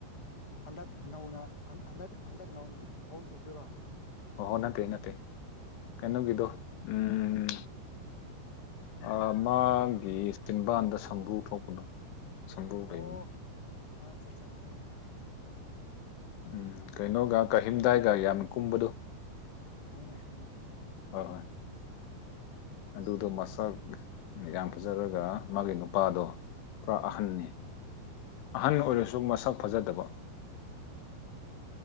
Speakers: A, on the left; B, on the left.
A: ꯍꯟꯗꯛ ꯅꯧꯅ ꯍꯟ ꯍꯟꯗꯛ ꯍꯟꯗꯛ ꯅꯧꯅ ꯍꯣꯡꯈꯤꯕꯗꯨꯔꯣ
B: ꯑꯣ ꯅꯠꯇꯦꯅꯠꯇꯦ ꯀꯩꯅꯣꯒꯤꯗꯣ ꯎꯝ ꯑꯥ ꯃꯥꯒꯤ ꯆꯤꯟꯕꯥꯟꯗ ꯁꯝꯕ꯭ꯔꯨ ꯊꯣꯛꯄꯗꯣ ꯁꯝꯕ꯭ꯔꯨ
A: ꯑꯣ
B: ꯂꯩꯕꯅꯤ
A: ꯑꯥꯆꯠ ꯆꯥ ꯈꯪꯏ ꯈꯪꯏ
B: ꯎꯝ ꯀꯩꯅꯣꯒ ꯀꯥꯍꯤꯝꯗꯥꯏꯒ ꯌꯥꯝꯅ ꯀꯨꯝꯕꯗꯣ
A: ꯈꯪꯉꯤꯅꯦ ꯈꯪꯉꯤꯅꯦ
B: ꯍꯣꯏ ꯍꯣꯏ ꯑꯗꯨꯗꯣ ꯃꯁꯛ ꯌꯥꯝ ꯐꯖꯔꯒ ꯃꯥꯒꯤ ꯅꯨꯄꯥꯗꯣ ꯄꯨꯔꯥ ꯑꯍꯟꯅꯦ
A: ꯎꯝ
B: ꯑꯍꯟ
A: ꯑꯁ
B: ꯑꯣꯏꯔꯁꯨ ꯃꯁꯛ ꯐꯖꯗꯕ